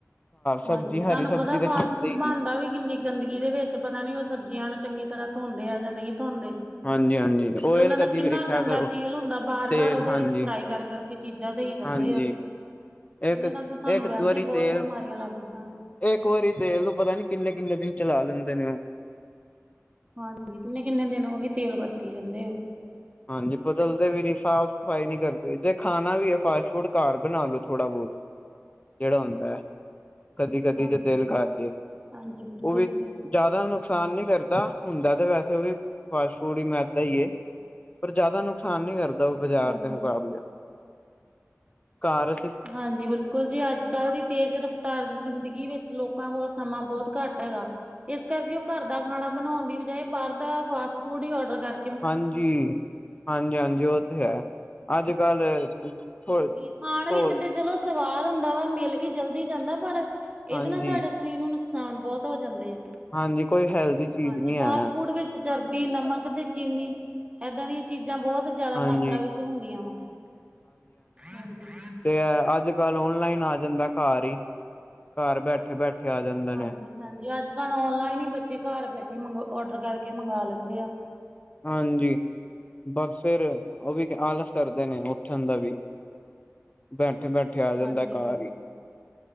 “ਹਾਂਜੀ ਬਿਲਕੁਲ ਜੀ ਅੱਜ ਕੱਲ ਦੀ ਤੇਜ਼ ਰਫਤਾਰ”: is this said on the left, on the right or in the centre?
Right